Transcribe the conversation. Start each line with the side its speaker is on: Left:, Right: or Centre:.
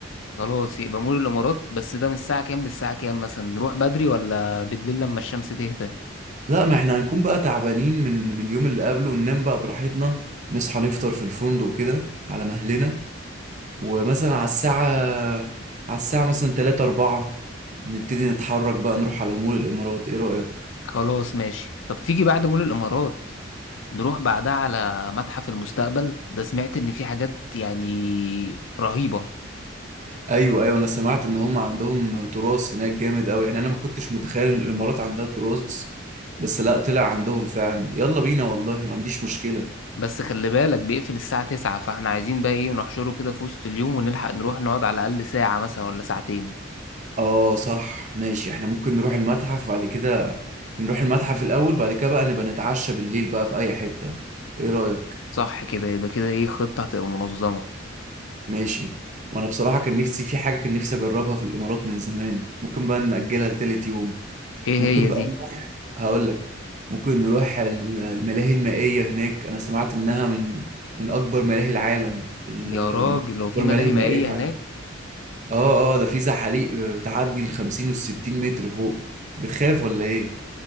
Left: خلاص يبقى مول الامارات بس ده من الساعة كام للساعة كام مثلا نروح بدري ولا بالليل لما الشمس تهدى
Right: لا ما احنا هنكون بقى تعبانين من من اليوم اللي قبله وننام بقى براحتنا نصحى نفطر في الفندق كده على مهلنا ومثلا على الساعة على الساعة مثلا 3 4 نبتدي نتحرك بقى نروح على المول الإمارات إيه رأيك؟
Left: خلاص ماشي طب تيجي بعد مول الامارات نروح بعدها على متحف المستقبل ده سمعت ان في حاجات يعني رهيبة
Right: ايوه ايوه انا سمعت ان هم عندهم تراث هناك جامد قوي يعني انا ما كنتش متخيل ان الامارات عندها تراث بس لا طلع عندهم فعلا يلا بينا والله انا ما عنديش مشكلة
Left: بس خلي بالك بيقفل الساعة تسعة فاحنا عايزين بقى ايه نحشره كده في وسط اليوم ونلحق نروح نقعد على الأقل ساعة مثلا ولا ساعتين
Right: اه صح ماشي احنا ممكن نروح المتحف بعد كده نروح المتحف الاول بعد كده بقى نبقى نتعشى بالليل بقى في اي حتة ايه رأيك
Left: صح كده يبقى كده ايه خطة هتبقى منظمة
Right: ماشي وانا بصراحة كان نفسي في حاجة كان نفسي اجربها في الامارات من زمان ممكن بقى نأجلها لتالت يوم
Left: ايه
Right: ممكن
Left: هي
Right: بقى
Left: دي
Right: نروح هقول لك ممكن نروح ال- الملاهي المائية هناك أنا سمعت إنها من من أكبر ملاهي العالم في ال-
Left: يا راجل لو
Right: أكبر
Left: في
Right: ملاهي
Left: ملاهي
Right: مائية
Left: مائية
Right: في العالم
Left: هناك
Right: آه آه ده في زحاليق بتعدي ال 50 وال 60 متر فوق بتخاف ولا إيه؟